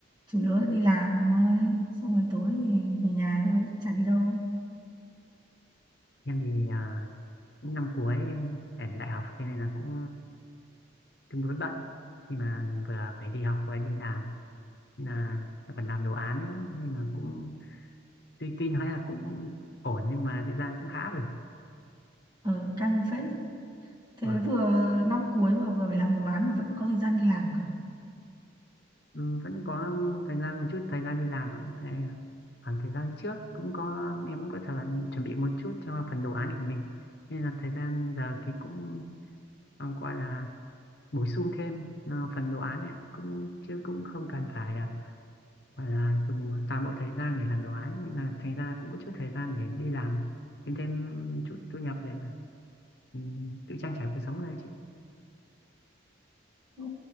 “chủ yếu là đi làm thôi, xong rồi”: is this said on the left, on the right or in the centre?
Right